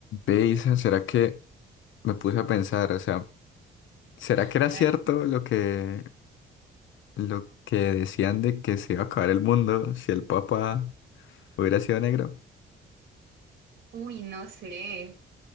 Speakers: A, on the left; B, on the right.
A: Ve, Isa, ¿será que me puse a pensar? O sea, ¿será que era
B: Ay,
A: cierto lo que, lo que decían de que se iba a acabar el mundo si el Papa hubiera sido negro?
B: Uy, no sé.